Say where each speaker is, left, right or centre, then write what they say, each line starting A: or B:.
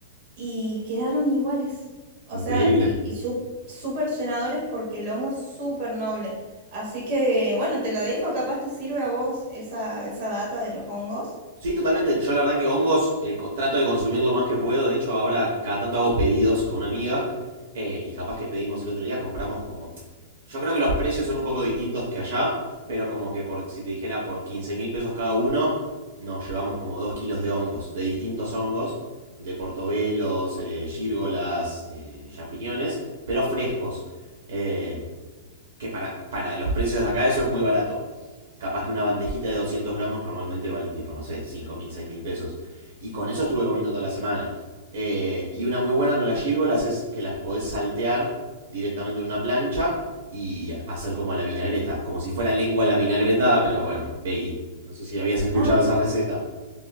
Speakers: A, on the right; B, on the right.
A: y quedaron iguales. O
B: Increíble.
A: sea, y, y su- súper llenadores porque el hongo es súper noble. Así que, bueno, te lo dejo, capaz te sirve a vos esa, esa data de los hongos.
B: Sí, totalmente. Yo la verdad que hongos eh, co- trato de consumir lo más que puedo. De hecho, ahora cada tanto hago pedidos con una amiga eh, y capaz que pedimos el otro día, compramos como Yo creo que los precios son un poco distintos que allá, pero como que por, si te dijera por 15 mil pesos cada uno, nos llevamos como 2 kilos de hongos, de distintos hongos, de portobelos, eh, gírgolas, eh, champiñones, pero frescos. Eh, que para, para los precios de acá eso es muy barato. Capaz que una bandejita de 200 gramos normalmente vale tipo, no sé, cinco mil, seis mil pesos. Y con eso estuve comiendo toda la semana. Eh, y una muy buena con las gírgolas es que las podés saltear directamente en una plancha y hacer como a la vinagreta. Como si fuera lengua a la vinagreta, pero bueno, veggie. No sé si habías escuchado
A: Ah,
B: esa receta.